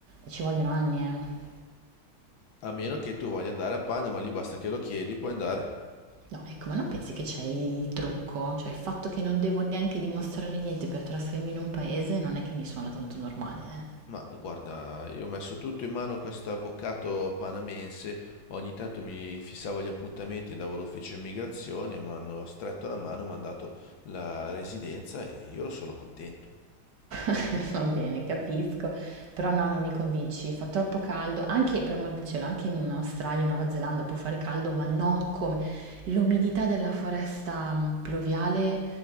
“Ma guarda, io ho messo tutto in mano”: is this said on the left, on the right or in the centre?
Left